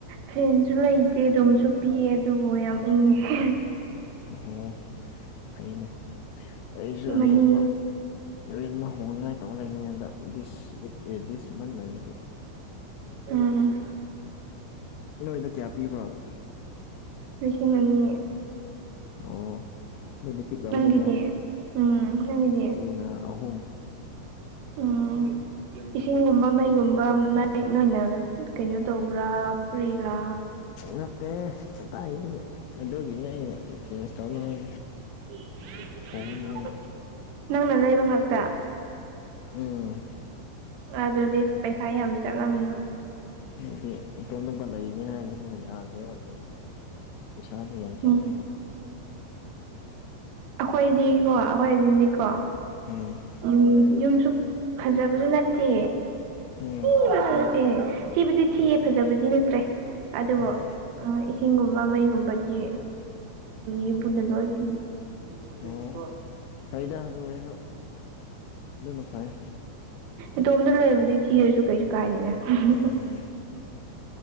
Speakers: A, on the right; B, on the left.
A: ꯐꯦꯟꯁꯨ ꯂꯩꯇꯦ ꯔꯨꯝꯁꯨ ꯄꯤꯛꯑꯦ ꯑꯗꯨꯕꯨ ꯌꯥꯝ ꯏꯪꯉꯦ
B: ꯑꯣ ꯐꯩꯅꯦ ꯑꯩꯁꯨ
A: ꯃꯅꯤꯡ
B: ꯔꯦꯟ ꯑꯃꯥ ꯔꯦꯟ ꯑꯃꯥ ꯍꯣꯡꯅꯤꯉꯥꯏ ꯇꯧ ꯂꯩꯔꯤꯅꯦ ꯗꯤꯁ ꯋꯤꯛ ꯑꯦ ꯗꯤꯁ ꯃꯟ ꯂꯣꯏꯔꯗꯤ
A: ꯎꯝ
B: ꯅꯣꯏꯗ ꯀꯌꯥ ꯄꯤꯕꯔꯣ
A: ꯂꯤꯁꯤꯡ ꯑꯅꯤ
B: ꯑꯣ ꯑꯗꯨꯗꯤ ꯄꯤꯛꯂꯝꯅꯤꯀꯣ
A: ꯅꯪꯒꯤꯗꯤ ꯎꯝ ꯅꯪꯒꯤꯗꯤ
B: ꯑꯩꯅ ꯑꯍꯨꯝ
A: ꯎꯝ ꯏꯁꯤꯡꯒꯨꯝꯕ ꯃꯩꯒꯨꯝꯕ ꯅꯣꯏꯅ ꯀꯩꯅꯣ ꯇꯧꯕ꯭ꯔꯥ ꯐ꯭ꯔꯤꯂꯥ
B: ꯅꯠꯇꯦ ꯀꯗꯥꯏꯗꯒꯤ ꯑꯗꯨꯒꯤꯅꯦ ꯑꯩꯅ ꯆꯦꯟꯖ
A: <unintelligible>
B: ꯇꯧꯅꯤ ꯍꯥꯏ ꯍꯣꯡꯒꯅꯤ ꯍꯥꯏ
A: ꯅꯪꯅ ꯂꯩꯕ ꯉꯥꯛꯇ
B: ꯎꯝ
A: ꯑꯗꯨꯗꯤ ꯄꯩꯁꯥ ꯌꯥꯝ ꯆꯠꯂꯝꯅꯤ
B: ꯍꯥꯏꯗꯤ ꯏꯇꯣꯝꯗꯨꯒ ꯂꯩꯔꯤꯅꯤ ꯍꯥꯏꯅꯗꯤꯀꯣ ꯌꯥꯗ꯭ꯔꯦꯕ ꯂꯩ ꯄꯦꯁꯥꯗꯨ ꯌꯥꯝ ꯆꯠꯂꯦ
A: ꯎꯝ ꯑꯩꯈꯣꯏꯗꯤꯀꯣ ꯑꯩꯈꯣꯏꯖꯤꯗꯤꯀꯣ
B: ꯎꯝ
A: ꯌꯨꯝ ꯌꯨꯝꯁꯨ ꯐꯖꯕꯁꯨ ꯅꯠꯇꯦ
B: ꯎꯝ
A: <unintelligible> ꯊꯤꯕꯗꯤ ꯊꯤꯌꯦ
B: ꯎꯝ
A: ꯐꯖꯕꯗꯤ ꯅꯠꯇ꯭ꯔꯦ ꯑꯗꯨꯕꯨ
B: ꯎꯝ
A: ꯑꯏꯁꯤꯡꯒꯨꯝꯕ ꯃꯩꯒꯨꯝꯕꯗꯤ ꯌꯨꯝꯕꯅ ꯂꯣꯏ ꯄꯤ <unintelligible>
B: ꯑꯣ ꯐꯩꯗ ꯑꯗꯨ ꯑꯣꯏꯔꯁꯨ ꯑꯗꯨꯅ ꯐꯩ
A: ꯏꯇꯣꯝꯇ ꯂꯩꯔꯗꯤ ꯊꯤꯔꯁꯨ ꯀꯩꯁꯨ ꯀꯥꯏꯗꯦꯅꯦ <unintelligible>
B: ꯎꯝ